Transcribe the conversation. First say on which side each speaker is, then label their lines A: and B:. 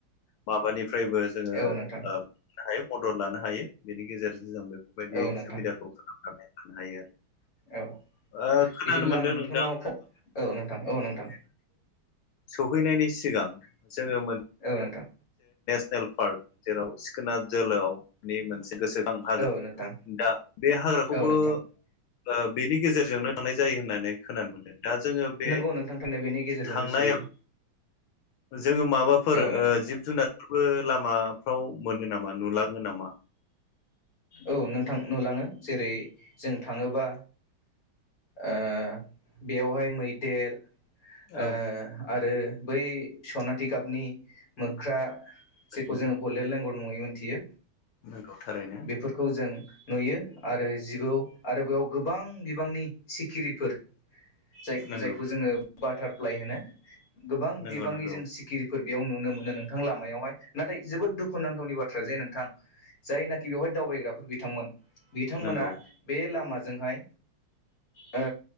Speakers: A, on the left; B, on the left.
A: माबानि निफ्रायबो जोङो
B: औ नोंथां
A: ह मदद लानो हायो बेनि गेजेरजों जों बे बेफोरबायदि
B: औ नोंथां
A: सुबिदाखौ खालामनानै थानो हायो आरो खोनानो
B: औ बिदिब्ला
A: मोनदों
B: आं नोंथांनाव
A: नोंथां
B: औ नोंथां औ नोंथां
A: सहैनायनि सिगां जोङो
B: औ नोंथां।
A: नेल पार्क जेराव सिखोना जोहोलाउनि मोनसे गोसो खां हाग्रा
B: औ नोंथां
A: दा बे हाग्राखौबो
B: औ नोंथां
A: ओ बेनि गेजेरजोंनो थांनाय जायो होननानै खोनानो मोनदों। दा जोङो बे
B: नंगौ नोंथां थारैनो बेनि गेजेरजोंनो
A: थांनायाव
B: सहैयो
A: जोङो माबाफोर
B: औ
A: ओ
B: नोंथां
A: जिब जुनारफोर बो लामाफ्राव मोनो नामा नुलाङो नामा?
B: औ नोंथां नुलाङो जेरै जों थाङोबा ओ बेवहाय मैदेर ओ
A: औ
B: आरो बै सनाथि गाबनि मोख्रा जेखौ
A: नंगौ
B: जोङो गलडेण लेंगर मुङै मिथियो।
A: नंगौ थारैनो
B: बेफोरखौ जों नुयो आरो जिबौ आरो बेयाव गोबां बिबांनि सिखिरिफोर जाय-जायखौ
A: नंगौ
B: जोङो बाटारफ्लाइ होनो गोबां
A: नंगौ
B: बिबांनि
A: नंगौ
B: जों सिकिरि फोर बेयाव नुनो मोनो नोंथां लामायावहाय नाथाय जोबोद दुखुुनांथावनि बाथ्रा जे नोंथां जायना खि बेवहाय दावबायग्राफोर बिथांमोन बिथांमोना
A: नंगौ
B: बे लामाजोंहाय ओ